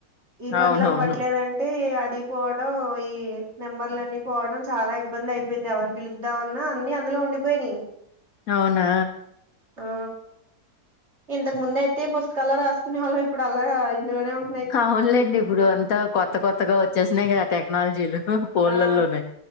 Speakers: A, on the right (about 40°); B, on the left (about 60°).
A: ఈ పనుల్
B: అవునవును
A: అవ్వట్లేదన్ టీ అడీ పోవడం ఈ నెంబర్లన్ని పోవడం చాలా ఇబ్బందయిపోయిందెవన్ పిలుద్దావన్నా అన్ని అందులో ఉండిపోయినాయి
B: అవునా
A: ఆ ఇంతకు ముందయితే పుస్తకాల రాసుకునేవాళ్ళం ఇప్పుడలా ఇందులోనే ఉన్
B: అవునులేండి ఇప్పుడు అంతా కొత్త కొత్తగా ఒచ్చేసినాయి గా టెక్నాలజీలు ఫోన్లలోనే
A: ఆ